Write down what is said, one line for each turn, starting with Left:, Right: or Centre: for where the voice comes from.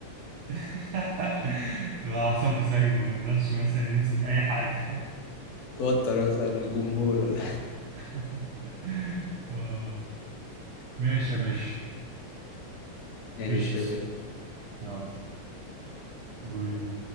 Right: <laughs> تبقى أعصابه سايبة ما يقدرش مثلا يمسك أي حاجة
Left: <laughs> توتر مثلا من الجمهور ولا
Right: <laughs> آه. ماشي يا باشا
Left: ماشي
Right: قشطة
Left: يا باشا.
Right: يلا باي باي